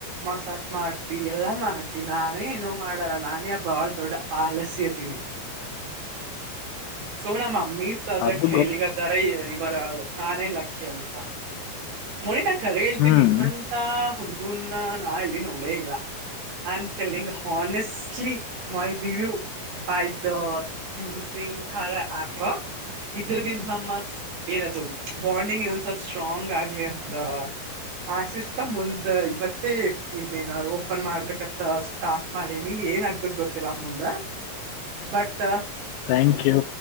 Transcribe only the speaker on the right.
ಮಸಾಜ್ ಮಾಡ್ತಿ ಎಲ್ಲಾ ಮಾಡ್ತಿ ನಾನೇ ಏನೋ ಮಾಡಲ್ಲ ನಾನೇ ಬಾಳ ದೊಡ್ಡ ಆಲಸ್ಯ ತಿಳಿ ಸೊ ನಮ್ಮ ಮಮ್ಮಿ ಸದ
ಹೇಳಿಗ.
ತರೈ ಇವರ ನಾನೇ ಲಕ್ಕಿ ಅಂತಾ. ಮೋಳಿ ನಾ ಕರೆ ಹೇಳ್ತೀನಿ
ನಿನ್ನಂತ ಹುಡುಗೂನ ನಾ ಎಲ್ಲಿ ನೋಡೇ ಇಲ್ಲಾ. I am telling honestly my review. By the using ಕಾರ್ಯ ಯಾಪ. ಇದರದಿಂದ ನಮ್ಮ ಏನದು ಬಾಂಡಿಂಗ್ ಇನ್ನೊಂದ ಸ್ವಲ್ಪ ಸ್ಟ್ರಾಂಗ್ ಆಗ್ಲಿ ಅಂತ. ಆಶಿಸ್ತಾ ಮುಂದ ಇವತ್ತೇ ಇನೇನ ಓಪನ್ ಮಾಡ್ಬೇಕತಸ್. ತಾಟ್ ಮಾಡೆನಿ ಏನ್ ಆಗ್ತದ ಗೊತ್ತಿಲ್ಲಾ ಮುಂದ ಬಟ್